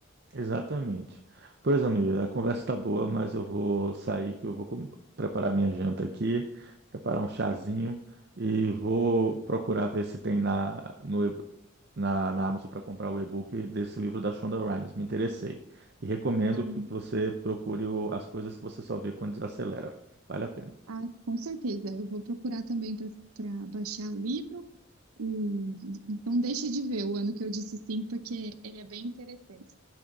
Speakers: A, on the right; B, on the right.
A: Exatamente. Pois, amiga, a conversa está boa, mas eu vou sair que eu vou com- preparar minha janta aqui, preparar um chazinho e vou procurar ver se tem na, no, e- na, na Amazon para comprar o e-book desse livro da Shonda Rhimes. Me interessei. E recomendo
B: Ah,
A: que você procure o- as coisas que você só vê quando desacelera. Vale a pena.
B: ah, com certeza. Eu vou procurar também para baixar o livro. E não deixa de ver o ano que eu disse sim, porque ele é bem interessante.